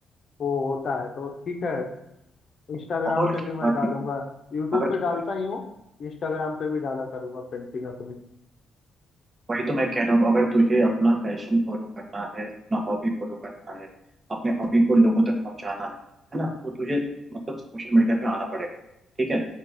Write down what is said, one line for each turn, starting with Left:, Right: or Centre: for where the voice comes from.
Left: वो होता है तो ठीक है इंस्टाग्राम
Right: और
Left: पे
Right: क्या
Left: भी मैं
Right: भाई
Left: डालूंगा यूट्यूब
Right: अगर
Left: पे
Right: तुझे
Left: डालता ही हूँ इंस्टाग्राम पे भी डाला करूंगा पेंटिंग अपनी
Right: वही तो मैं कह रहा हूँ अगर तुझे अपना पैशन फॉलो करना है अपना हॉबी फॉलो करना है अपने हॉबी को लोगों तक पहुंचाना है है ना तो तुझे मतलब सोशल मीडिया पे आना पड़ेगा ठीक है